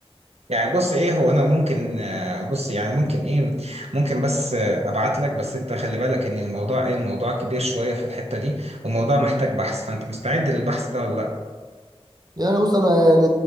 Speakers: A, on the right; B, on the right.
A: يعني بص ايه هو انا ممكن آه، بص يعني ممكن ايه ممكن بس آه، ابعت لك بس انت خلي بالك ان الموضوع ايه الموضوع كبير شويه في الحته دي وموضوع محتاج بحث فانت مستعد للبحث ده ولا لا
B: يعني بص انا يعني